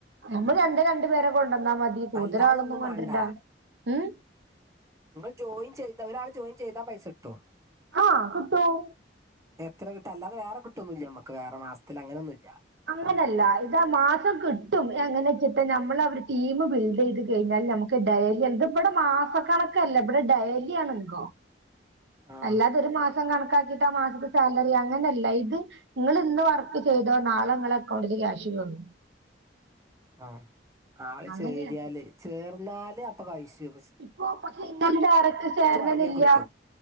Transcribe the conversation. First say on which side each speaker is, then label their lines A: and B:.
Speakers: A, on the right; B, on the right.
A: നമ്മള്‌രണ്ടേരണ്ടു പേരെ കൊണ്ടന്നാമതി കൂടുതലാളകൊണ്ടരണ്ട
B: അല്ലാതെ ഒന്നും വേണ്ട
A: ഉ
B: നിങ്ങൾ ജോയിൻ ചെയ്ത ഒരാൾ ജോയിൻ ചെയ്താ പൈസ കിട്ടും.
A: ആഹ കിട്ടും
B: എത്ര കിട്ടു അല്ലതെ വേറെ കിട്ടൊന്നുല്ല നമ്മക്ക് വേറെ മാസത്തിൽ അങ്ങനൊന്നുല്ല.
A: അങ്ങനല്ല ഇതമാസം കിട്ടും എങ്ങനെ വെച്ചിട്ട് നമ്മൾ അവര് ടീം ബിൽഡ് ചെയ്ത് കഴിഞ്ഞാൽ നമക്ക് ഡയലി എത് ഇവടെ മാസക്കണക്കല്ല ഇവിടെ ഡയലിആണ് ഇങ്കം
B: ആ
A: അല്ലാതെ ഒരു മാസം കണക്കാക്കിട്ട് ആ മാസത്തെ സാലറി അങ്ങനെ അല്ല ഇത് ഇങ്ങള് ഇന്ന് വർക്ക് ചെയ്തോ നാളെ ഇങ്ങളെ അക്കൗണ്ടില് ക്യാഷ് കേറും.
B: ആഹ് ആള്
A: അങ്ങനെയാണ്
B: ചേരിയാല് ചേർന്നാല് അപ്പൊ പൈസു
A: ഇപ്പൊ പക്ഷെ ഇന്നും ഡയറക്റ്റ് ചേരണെന്നില്ല
B: വാങ്ങിയാൽ കിട്ടും